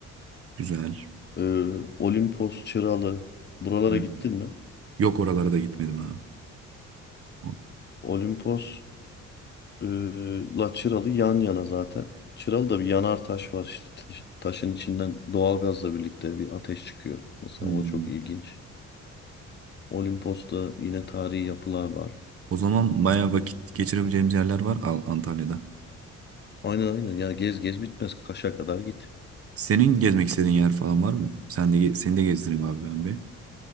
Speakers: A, on the right; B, on the left.
A: güzel.
B: Ee, Olimpos, Çıralı. Buralara
A: Hmm.
B: gittin mi?
A: Yok oralara da gitmedim abi. O-
B: Olimpos e, la Çıralı yan yana zaten. Çıralı'da bir yanar taş var işte. Taş- taşın içinden doğalgazla birlikte bir ateş çıkıyor. Mesela
A: Hmm.
B: o çok ilginç. Olimpos'ta yine tarihi yapılar var.
A: O zaman bayağı vakit geçirebileceğimiz yerler var Al- Antalya'da.
B: Aynen aynen. Ya gez gez bitmez. Kaş'a kadar git.
A: Senin gezmek istediğin yer falan var mı? Sen de ge- seni de gezdireyim abi ben bir.